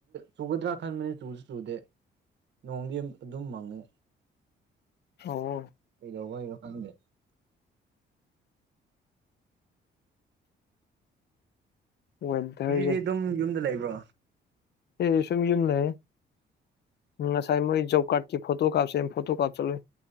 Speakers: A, on the right; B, on the left.
A: ꯆꯨꯒꯗ꯭ꯔꯥ ꯈꯟꯕꯅꯤ ꯆꯨꯁꯨ ꯆꯨꯗꯦ ꯅꯣꯡꯗꯤ ꯑꯗꯨꯝ ꯃꯪꯉꯦ
B: ꯑꯣ
A: ꯀꯩꯗꯧꯕꯩꯅꯣ ꯈꯪꯗꯦ
B: ꯋꯦꯗꯔꯁꯦ
A: ꯉꯁꯤꯗꯤ ꯑꯗꯨꯝ ꯌꯨꯝꯗ ꯂꯩꯕ꯭ꯔꯣ
B: ꯑꯩꯗꯤ ꯁꯨꯝ ꯌꯨꯝ ꯂꯩ ꯉꯁꯥꯏ ꯃꯣꯏ ꯖꯣꯕ ꯀꯥꯔꯗꯀꯤ ꯐꯣꯇꯣ ꯀꯥꯞꯁꯦ ꯐꯣꯇꯣ ꯀꯥꯞ ꯆꯠꯂꯨꯏ